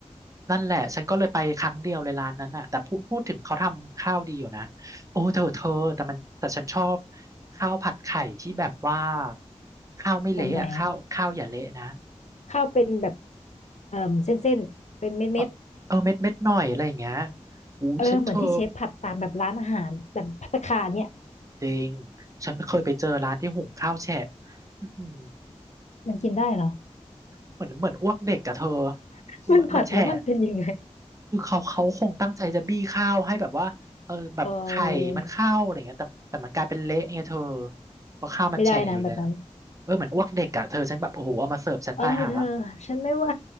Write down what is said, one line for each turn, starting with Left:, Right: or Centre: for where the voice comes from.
Right: นั่นแหละฉันก็เลยไปครั้งเดียวเลยร้านนั้นน่ะแต่พูดพูดถึงเขาทำข้าวดีอยู่นะโอ้เธอเธอแต่มันแต่ฉันชอบข้าวผัดไข่ที่แบบว่าข้าวไม่เละอ่ะข้าวข้าวอย่าเละนะ
Left: แบบไหนข้าวเป็นแบบเอ่อเส้นๆเป็นเม็ดเ
Right: เออเออเม็ดเม็ดหน่อยอะไรอย่างเงี้ยอุ้ยฉันเธอ
Left: เออเหมือนที่เชฟผัดตามแบบร้านอาหารแบบภัตตาคารเนี่ย
Right: จริงฉันเคยไปเจอร้านที่หุงข้าวแฉะอื้อหือ
Left: มันกินได้เหรอ
Right: เหมือนเหมือนอ้วกเด็กกับเธอ
Left: <laughs>
Right: คือมันมันแฉะ
Left: มันผัดแล้วมันเป็นยังไง
Right: คือเขาเขาคงตั้งใจจะบี้ข้าวให้แบบว่าเออแบบไข่มันเข้าอะไรเงี้ยแต่แต่มันกลายเป็นเละไงเธอ
Left: เออ
Right: เพราะข้าวมันแฉะอยู่แล้ว
Left: ไม่ได้นะแบบนั้น
Right: เออเหมือนอ้วกเด็กอ่ะเธอฉันแบบโอ้โหเอามาเสิร์ฟฉันตายห่าแล้ว
Left: เออเธอฉันไม่ไหว